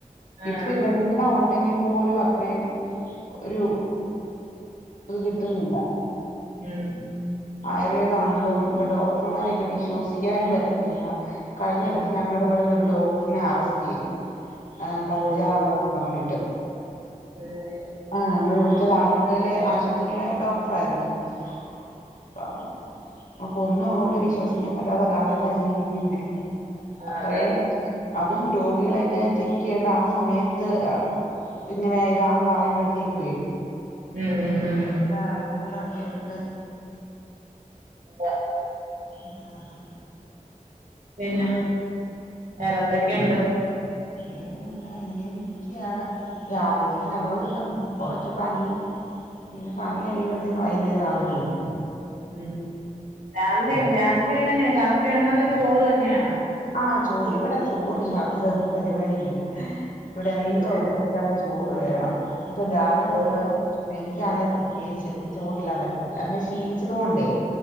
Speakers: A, on the right; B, on the left.
A: ആഹ്
B: ഇപ്പൊ ഇതെല്ലാം ഉണ്ടെങ്കി പോലും അത്രയും ഒരു അത് കിട്ടുന്നില്ല
A: ഉം
B: ആയുർവേദമാണേലും ഇപ്പൊ ഡോക്ടർമാരെയൊക്കെ വിശ്വസിക്കാനും പറ്റത്തില്ല കഴിഞ്ഞിടക്ക്
A: ഉം
B: ഞങ്ങടെ ഇവിട്ന്നൊരു ഡോക്ടറിനെ അറസ്റ്റ് ചെയ്ത് ആ കഞ്ചാവാന്ന്
A: ഓഹ്
B: പറഞ്ഞിട്ട്
A: ഉം
B: ആ ഞങ്ങളിവിടെ ത്തെ താലൂക്കിലെ ആശുപത്രിയിലെ ഡോക്ടർ ആയിരുന്നു നമുക്ക് ഒന്നും അങ്ങോട്ട് വിശ്വസിക്കാൻ പറ്റാത്ത കാലത്താ ജീവിക്കുന്നേ- അത്രയും
A: അതെ അതെ
B: അതും രോഗികളെയൊക്കെ ചെക്ക് ചെയ്യേണ്ട ആ സമയത്ത് ഇങ്ങനെ ഇതാന്ന് പറയുമ്പോഴത്തേക്കുവെ
A: ഉം ഉം ഉം
B: എന്താ രോഗിക എന്ത്
A: അതെ
B: ആഹ്
A: പിന്നെ വേറെന്തൊക്കെയുണ്ട്-
B: ഏന്താ ഇങ്ങെനെ ഇരിക്യയാണ് രാവിലെ നമ്മള് കൊറച്ച് പണി പിന്നെ പണി കഴിയുമ്പോഴത്തേക്കും വൈകുന്നേരം ആകുവല്ലോ-
A: ഉം രാവിലെ രാത്രി അങ്ങനെ- കാപ്പിയാണോ അതോ ചോറ് തന്നെയാണാ?
B: ആഹ് ചോ ഇവിടെ ചോറില്ലാത്ത പരിപാടിയില്ല ഇവിടെ എന്തോവെച്ചാലും-
A: ഇല്ല
B: ചോറ് വേണം- ഇപ്പൊ രാവിലെ
A: ഓ
B: നമ്മള് എനി എനിക്കാണേ പ്രത്യേകിച്ച് - ചോറില്ലാ പറ്റത്തില്ല- ശീലിച്ചതുകൊണ്ടേ-